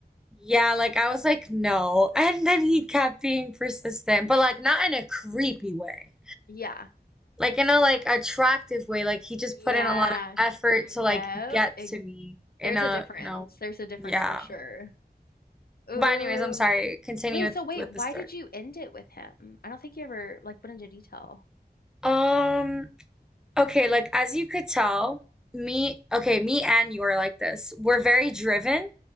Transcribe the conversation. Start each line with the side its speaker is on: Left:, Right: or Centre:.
Centre: Yeah, like I was like, no. And then he kept being persistent, but like not in a creepy way.
Left: Yeah.
Centre: Like in a like attractive way. Like he just
Left: Yeah.
Centre: put in a lot of effort
Left: Yep.
Centre: to like get
Left: Ex
Centre: to me in
Left: There's
Centre: a,
Left: a difference.
Centre: you know,
Left: There's a difference
Centre: yeah.
Left: for sure. Ooh.
Centre: But anyways, I'm sorry. Continue
Left: Wait,
Centre: with
Left: so wait,
Centre: with
Left: why
Centre: the story.
Left: did you end it with him? I don't think you ever like went into detail.
Centre: Um, Okay, like as you could tell, me, okay, me and you are like this. We're very driven,